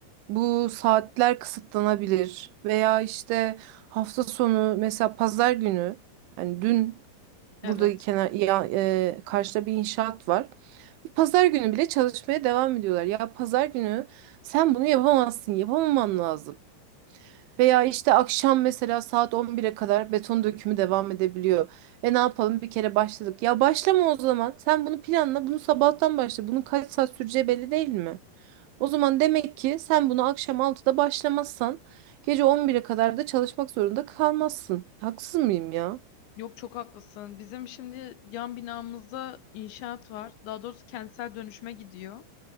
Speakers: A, on the right; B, on the left.
A: bu saatler kısıtlanabilir veya işte hafta sonu mesela pazar günü hani dün
B: Evet.
A: Burada kenar ya, e, karşıda bir inşaat var. Pazar günü bile çalışmaya devam ediyorlar. Ya pazar günü sen bunu yapamazsın, yapamaman lazım. Veya işte akşam mesela saat 11'e kadar beton dökümü devam edebiliyor. E ne yapalım bir kere başladık. Ya başlama o zaman. Sen bunu planla, bunu sabahtan başla. Bunun kaç saat süreceği belli değil mi? O zaman demek ki sen bunu akşam altıda başlamazsan gece 11'e kadar da çalışmak zorunda kalmazsın. Haksız mıyım ya?
B: Yok çok haklısın. Bizim şimdi yan binamızda inşaat var. Daha doğrusu kentsel dönüşüme gidiyor.